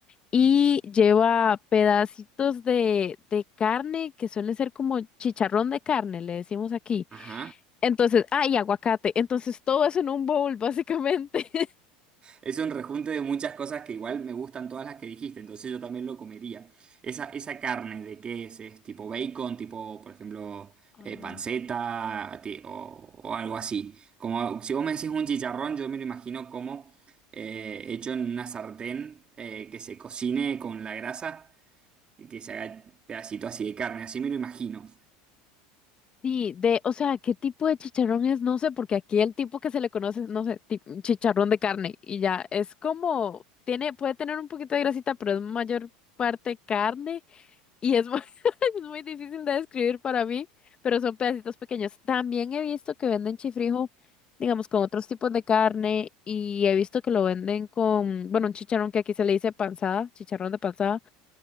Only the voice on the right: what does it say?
Ajá.
Es un rejunte de muchas cosas que igual me gustan todas las que dijiste, entonces yo también lo comería. Esa, esa carne, ¿de qué es? ¿Es tipo bacon, tipo, por ejemplo,
eh, panceta ti- o, o algo así? Como si vos me decís un chicharrón, yo me lo imagino como eh, hecho en una sartén eh, que se cocine con la grasa y que se haga pedacito así de carne, así me lo imagino.